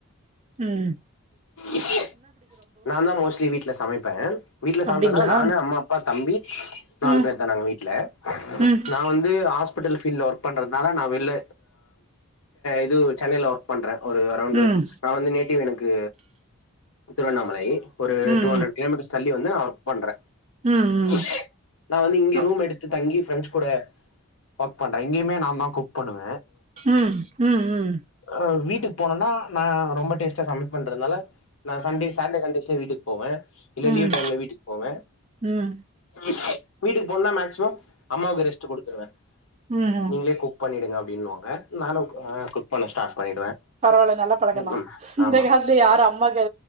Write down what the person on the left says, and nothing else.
இச்சு. நாதா மோஸ்ட்லி வீட்டுல சமைப்ப வீட்டுல சமைப்பேன்னா
நானு, அம்மா, அப்பா, தம்பி நாலு
பேர்தா நாங்க வீட்ல
நா வந்து. ஹாஸ்பிடல் பீல்டுல ஒர்க் பண்றதுனால நா வெளில இது சென்னைல ஒர்க் பண்ற. ஒரு அரௌண்டு
நா வந்து நேட்டிவ் எனக். க்கு. திருவண்ணாமலை. ஒரு
டூ ஹண்ட்ரெட் கிலோமீட்டர்ஸ் தள்ளி வந்து நா ஒர்க். பண்ற.
ஆச்சு. நா வந்து இங்க
ரூம் எடுத்து தங்கி. ஃப்ரெண்ட்ஸ் கூட ஒர்க் பண்ற. இங்கயுமே நாதா குக் பண்ணுவ.
அஹ வீட்டுக்கு போனோன்னா நா ரொம்ப டேஸ்ட்டா சமபண்றதுனால. நா சண்டே சாட்டர்டே சண்டேஸ்ல வீட்டுக்கு போவ. இல்ல
லீவ் டைம்ல வீட்டுக்கு போவ
இச்சு வீட்டுக்கு போனேன்னா மேக்ஸிமம் அம்மாவுக்கு ரெஸ்ட் குடுத்துருவ.
நீங்களே குக் பண்ணிடுங்க. அப்புடின்னுவாங்க. நானு அ குக். ஸ்டார்ட் பண்ணிடுவே
ம்
ஆமா